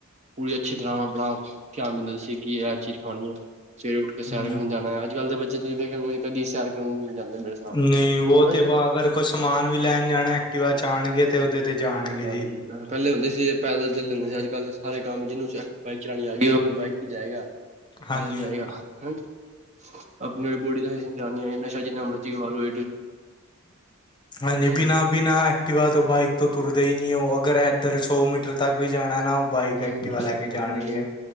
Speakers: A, on the right (about 35°); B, on the left (about 25°).
A: ਪੂਰੀ ਅੱਛੀ ਤਰ੍ਹਾਂ ਆਪਣਾ ਧਿਆਨ ਦਿੰਦੇ ਸੀ ਕਿ ਇਹ ਚੀਜ਼ ਖਾਣੀ ਏ ਸਵੇਰੇ ਉੱਠ ਕੇ ਸੈਰ
B: ਹੂੰ,
A: ਕਰਨ ਜਾਣਾ ਅੱਜ- ਕੱਲ੍ਹ ਦੇ ਬੱਚੇ ਤੁਸੀਂ ਦੇਖਯਾ ਕਦੀ ਸੈਰ ਕਰਨ ਨੀ ਜਾਂਦੇ ਮੇਰੇ ਹਿਸਾਬ
B: ਨਹੀਂ ਉਹ
A: ਹੈਨਾ
B: ਤੇ
A: ਜੀ।
B: ਵਾ ਅਗਰ ਕੋਈ ਸਮਾਨ ਵੀ ਲੈਣ ਜਾਣਾ ਐਕਟੀਵਾ ਚਾਣਗੇ ਤੇ ਉਹਦੇ ਤੇ ਜਾਣਗੇ
A: ਹਾਂਜੀ
B: ਜੀ
A: ਪਹਿਲੇ ਹੁੰਦੇ ਸੀ ਪੈਦਲ ਚਲਦੇ ਹੁੰਦੇ ਸੀ ਅਜ-ਕੱਲ੍ਹ ਸਾਰੇ ਕੰਮ ਜਿਹਨੂੰ ਬਾਇ ਚਾਲਾਣੀ ਆ ਗਈ ਬਾਈਕ ਤੇ ਜਾਏਗਾ ਪੈਦਲ
B: ਹਾਂਜੀ
A: ਨੀ ਜਾਏਗਾ
B: ਹਾਂਜੀ
A: ਹਾਂਜੀ ਆਪਣੀ ਬੋਡੀ ਦਾ ਧਿਆਨ ਨਹੀਂ ਆਏ ਨਸ਼ਾ ਜਿੰਨਾ ਮਰਜ਼ੀ ਕਰਾਲੋ
B: ਹਾਜੀ
A: ਜੀ
B: ਬੀਣਾ ਬਿਨਾਂ ਐਕਟਿਵਆ ਤੋਂ ਉਹ ਬਾਈਕ ਤੋਂ ਤੁਰਦੇ ਹੀ ਨਹੀ ਉਹ ਅਗਰ ਇੱਧਰ ਸੌ ਮੀਟਰ ਤੱਕ ਵੀ ਜਾਣਾ ਨਾ ਬਾਈਕ
A: ਹੂੰ
B: ਐਕਟੀਵਾ
A: ਹਾਂਜੀ
B: ਲੈ ਕੇ ਜਾਣਗੇ,
A: ਹਾਂਜੀ।